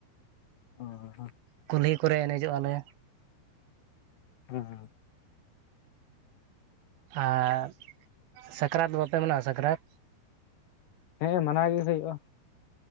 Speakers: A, on the left (about 70°); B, on the right (about 75°).
A: ᱚ
B: ᱠᱩᱞᱦᱤ ᱠᱚᱨᱮ ᱮᱱᱮᱡᱚᱜ ᱟᱞᱮ
A: ᱦᱮᱸ ᱦᱮᱸ
B: ᱟᱨ ᱥᱟᱠᱨᱟᱛ ᱵᱟᱯᱮ ᱢᱮᱱᱟ ᱥᱟᱠᱨᱟᱛ
A: ᱦᱮᱸ ᱢᱟᱱᱟ ᱜᱮ ᱦᱩᱭᱩᱜᱼᱟ